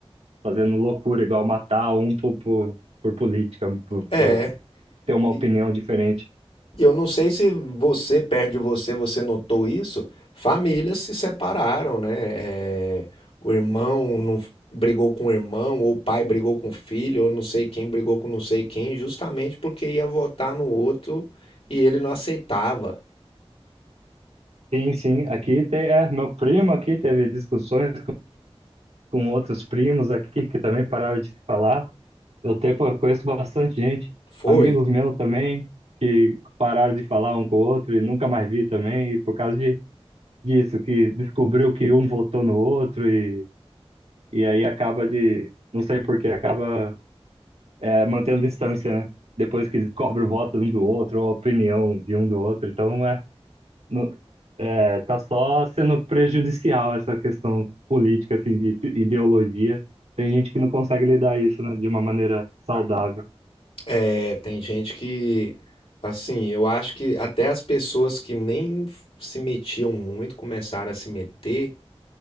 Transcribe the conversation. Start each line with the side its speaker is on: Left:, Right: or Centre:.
Right: fazendo loucura, igual matar um por, por, por política, por,
Left: É.
Right: por ter uma opinião
Left: E
Right: diferente.
Left: e eu não sei se você, perto de você, você notou isso. Famílias se separaram, né? É, o irmão não brigou com o irmão, ou o pai brigou com o filho, ou não sei quem brigou com não sei quem, justamente porque ia votar no outro e ele não aceitava.
Right: Sim, sim. Aqui tem, é, meu primo aqui teve discussões com outros primos aqui que também pararam de se falar. Eu, tenho, pô, eu conheço bastante gente,
Left: Foi.
Right: amigos meus também, que pararam de falar um com o outro e nunca mais vi também, e por causa de, disso, que descobriu que um votou no outro e, e aí acaba de, não sei por que, acaba é, mantendo distância, né? Depois que descobre o voto um do outro, ou a opinião de um do outro. Então, é, não, Tá só sendo prejudicial essa questão política, assim, de t- ideologia. Tem gente que não consegue lidar isso, né, de uma maneira saudável.
Left: É, tem gente que, assim, eu acho que até as pessoas que nem se metiam muito começaram a se meter.